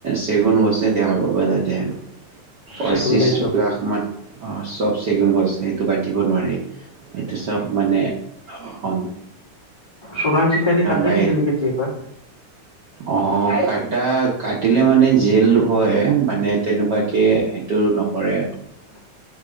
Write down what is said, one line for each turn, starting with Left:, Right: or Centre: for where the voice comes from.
Right: চেগুন গছ। দে-দে হব পাৰা দে পঁচিছ
Left: চেগুনেই চব
Right: লাখ মান। অঁ চব চেগুন গছ সেইটো কাটিব নোৱাৰি এইটো চব মানে অসম
Left: চোৰাং চিকাৰী কাটে
Right: বাই
Left: কিজানি কেতিয়াবা
Right: অঁ অঁ কটা কাটিলে মানে জেল হয় মানে তেনেকুৱাকে সেইটো নকৰে আৰু
Left: <unintelligible>